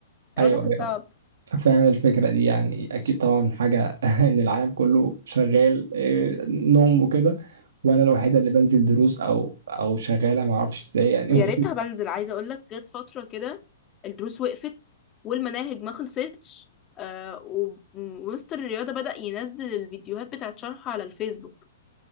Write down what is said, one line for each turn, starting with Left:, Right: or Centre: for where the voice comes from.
Right: ايوه
Left: ده كان
Right: ايوه
Left: صعب
Right: فاهم الفكرة دي يعني أكيد طبعا حاجة <laughs> إن العالم كله شغال إيه، نوم وكده وأنا الوحيدة اللي بنزل دروس أو أو شغالة معرفش إزاي يعني
Left: يا ريتها بنزل عايزه اقول لك جت فتره كده الدروس وقفت والمناهج ما خلصتش آه و- ومستر الرياضه بدأ ينزل الفيديوهات بتاعت شرح على الفيسبوك